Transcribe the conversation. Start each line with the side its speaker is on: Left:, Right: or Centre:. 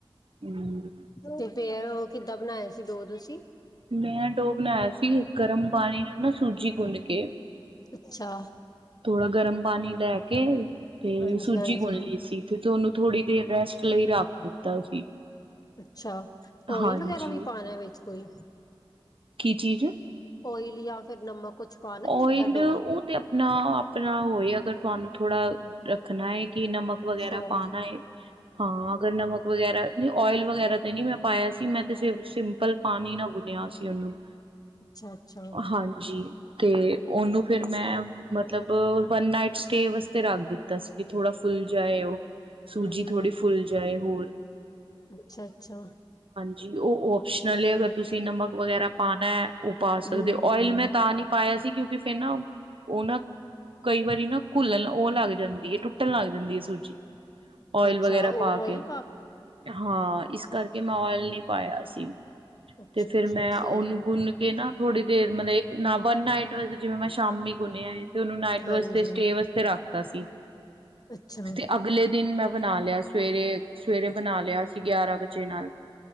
Right: ਹਮ
Left: ਤੇ ਤੇ, ਉਹ ਕਿੱਦਾਂ ਬਣਾਇਆ ਸੀ ਡੋ ਤੁਸੀਂ?
Right: ਮੈਂ ਡੋ ਬਣਾਇਆ ਸੀ ਗਰਮ ਪਾਣੀ ਨਾਲ ਨਾ, ਸੂਜੀ ਗੁੰਨ ਕੇ,
Left: ਅੱਛਾ,
Right: ਥੋੜਾ ਗਰਮ ਪਾਣੀ ਲੈ ਕੇ, <inaudible> ਤੇ
Left: ਹਾਂਜੀ-ਹਾਂਜੀ।
Right: ਸੂਜੀ ਗੁਨ ਲਈ ਸੀ ਤੇ ਤੂਹਾਨੂੰ ਥੋੜੀ, ਤੇ ਰੈਸਟ ਲਈ ਰੱਖ ਦਿੱਤਾ ਸੀ।
Left: ਅੱਛਾ, ਅੱਛਾ, ਓਇਲ
Right: ਹਾਂਜੀ
Left: ਵਗੈਰਾ ਵੀ ਪਾਣਾ ਵਿੱਚ? ਕੋਈ,
Right: ਕੀ ਚੀਜ਼
Left: ਓਇਲ ਯਾ ਫਿਰ ਨਮਕ ਕੁਛ ਪਾਣਾ ਜਾਂ
Right: ਓਇਲ
Left: ਏਦਾਂ ਡੋ
Right: ਉਹ ਤੇ ਆਪਣਾ ਆਪਣਾ ਹੋਏ ਅਗਰ ਤੁਹਾਨੂੰ ਥੋੜਾ ਰੱਖਣਾ ਇੱਕ ਕਿ ਨਮਕ ਵਗੈਰਾ
Left: ਸੋਫ
Right: ਪਾਣਾ ਹੈ‌, ਹਾਂ ਅਗਰ ਨਮਕ ਵਗੈਰਾ ਓਇਲ ਵਗੈਰਾ ਤੇ ਨੀ ਮੈਂ ਪਾਇਆ ਸੀ ਮੈਂ ਸਿਰਫ ਸਿੰਪਲ ਪਾਣੀ ਨਾ ਬੁਣਿਆ ਸੀ ਉਹਨੂੰ
Left: ਅੱਛਾ ਅੱਛਾ
Right: ਹਾਂਜੀ ਤੇ ਉਹਨੂੰ ਫਿਰ ਮੈਂ ਮਤਲਬ ਵਨ ਨਾਈਟ ਸਟੇਅ ਵਾਸਤੇ ਰੱਖ ਦਿੱਤਾ ਸੀ ਕਿ ਥੋੜਾ ਫੁੱਲ ਜਾਏ ਉਹ ਸੂਜੀ
Left: ਹਮ
Right: ਥੋੜੀ ਫੁਲ ਜਾਏ ਹੋਰ
Left: ਅੱਛਾ ਅੱਛਾ।
Right: ਜੀ ਉਹ ਓਪਸ਼ਨਲ ਹੈ ਅਗਰ ਤੁਸੀਂ ਨਮਕ ਵਗੈਰਾ ਪਾਉਣਾ ਹੈ। ਉਹ ਪਾ
Left: ਹਮ
Right: ਸਕਦੇ ਹੋ ਓਇਲ
Left: ਹਮ
Right: ਮੈਂ ਤਾਂ ਨਹੀਂ। ਪਾਇਆ ਸੀ ਕਿਉਂਕਿ ਫੇਰ ਨਾ ਉਹ ਨਾ ਕਈ ਵਾਰੀ ਨਾ ਘੁੱਲਣ ਉਹ ਲੱਗ ਜਾਂਦੀ ਹੈ ਟੁੱਟਣ ਲੱਗ ਜਾਂਦੀ ਹੈ ਸੂਜੀ। ਓਇਲ
Left: ਅੱਛਾ
Right: ਵਗੈਰਾ
Left: ਉਹ
Right: ਪਾ
Left: ਓਇਲ
Right: ਕੇ ਹਾਂ ਇਸ ਕਰਕੇ ਮੈਂ ਓਇਲ ਨਹੀਂ। ਪਾਇਆ ਸੀ।
Left: ਅੱਛਾ
Right: ਤੇ ਫੇਰ
Left: ਅੱਛਾ
Right: ਮੈਂ
Left: ਸਹੀ
Right: ਉਹਨੂੰ
Left: ਐ।
Right: ਗੁੰਨ ਕੇ ਨਾ। ਥੋੜੀ ਦੇਰ ਮੈਂ ਇੱਕ ਨਮਕ ਵਨ ਨਾਈਟ ਵੱਲ ਤਾਂ ਜਿਵੇਂ, ਮੈਂ ਸ਼ਾਮੀ। ਗੁਣਿਆ ਹੈ ਤੇ ਉਹਨੂੰ ਨਾਈਟ ਵਾਸਤੇ
Left: ਹਾਂਜੀ
Right: ਸਟੇ ਵਾਸਤੇ ਰੱਖਤਾ ਸੀ,
Left: ਅੱਛਾ
Right: ਤੇ ਅਗਲੇ ਦਿਨ ਮੈਂ ਬਣਾ ਲਿਆ ਸਵੇਰੇ। ਸਵੇਰੇ ਬਣਾ ਲਿਆ ਸੀ, ਗਿਆਰਾਂ ਵਜੇ ਨਾਲ।